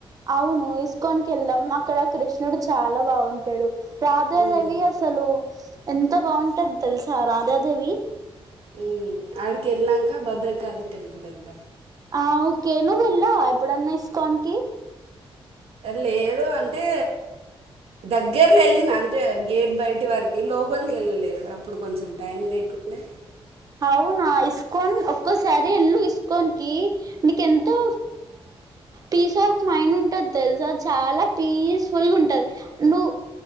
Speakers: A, on the right; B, on the right.
A: అవును ఇస్కాన్ వెళ్దాం అక్కడ కృష్ణుడు చాలా బాగుంటాడు రాధ
B: ఉమ్,
A: దేవి అసలు ఎంత బాగుంటది తెలుసా రాధాదేవి
B: హు అడుకి ఎలనాక భద్రకాళి టెంపుల్ కి వెళ్దాం
A: ఆ ఓకే నువ్వు వెళ్ళావ ఎప్పుడన్నా ఇస్కాన్ కి
B: లేదు అంటే దగ్గరలో వెళ్ళినా అంటే గేట్ బయటి వరికి లోపలికి వెళ్ళలేదు అప్పుడు కొంచెం టైం లేకుండా
A: అవునా ఇస్కాన్ ఒక్కోసారి ఎల్లు ఇస్కాన్ కి నీకు ఎంతో పీస్ ఆఫ్ మైండ్ ఉంటుంది తెలుసా చాలా పీస్ ఫుల్ ఉంటది నువ్వు